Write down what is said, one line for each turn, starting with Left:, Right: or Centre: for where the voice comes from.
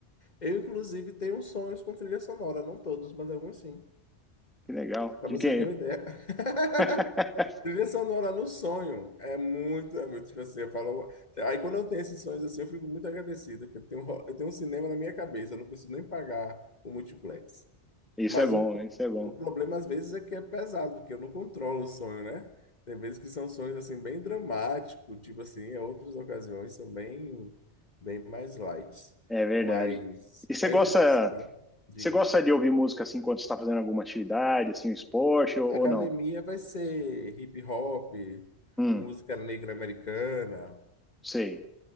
Left: eu, inclusive, tenho sonhos com trilha sonora, não todos, mas alguns sim,
Centre: Que legal.
Left: para
Centre: De
Left: você
Centre: que
Left: ter uma ideia. <laughs>
Centre: <laughs>
Left: Trilha sonora no sonho é muito, é muito, tipo assim, eu falo, aí quando eu tenho esses sonhos assim, eu fico muito agradecido, porque eu tenho, eu tenho um cinema na minha cabeça, eu não preciso nem pagar o multiplex.
Centre: Isso
Left: Mas
Centre: é bom,
Left: o,
Centre: isso é bom.
Left: o problema às vezes é que é pesado, porque eu não controlo o sonho, né? Tem vezes que são sonhos assim bem dramáticos, tipo assim, é outras ocasiões são bem bem mais light.
Centre: É verdade.
Left: Mas
Centre: E você
Left: aí
Centre: gosta,
Left: eu fui pesquisar, diga.
Centre: você gosta de ouvir música assim quando você está fazendo alguma atividade, assim, um esporte ou,
Left: Academia
Centre: ou não?
Left: vai ser hip hop,
Centre: Hum,
Left: música negra americana,
Centre: sei.